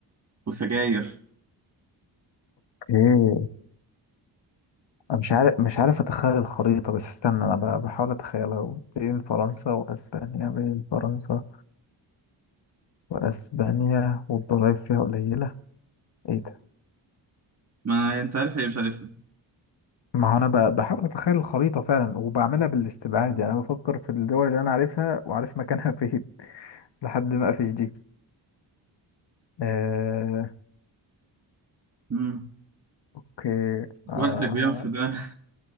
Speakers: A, on the right; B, on the left.
A: وسجاير
B: ايه أنا مش عارف مش عارف اتخيل الخريطة بس استنى انا ب- بحاول اتخيلها بين فرنسا واسبانيا بين فرنسا واسبانيا والضرايب فيها قليلة ايه ده
A: ما انت عارف هي مش عارفها
B: ما هو انا ب- بحاول اتخيل الخريطة فعلا وبعملها بالاستبعاد يعني انا بفكر في الدول اللي انا عارفها وعارف مكانها <laughs> فين لحد ما اقفش دي آه،
A: امم
B: اوكي آه،
A: وقتك بينفد ده